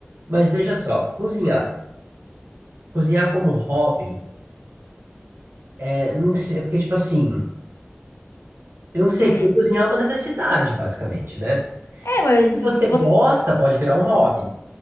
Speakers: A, on the right; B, on the left.
A: mas veja só, cozinhar, cozinhar como hobby, é, não sei, é porque, tipo assim, eu não sei,
B: hum.
A: porque cozinhar é uma necessidade, basicamente, né?
B: É, mas
A: Se você gosta,
B: você.
A: pode virar um hobby.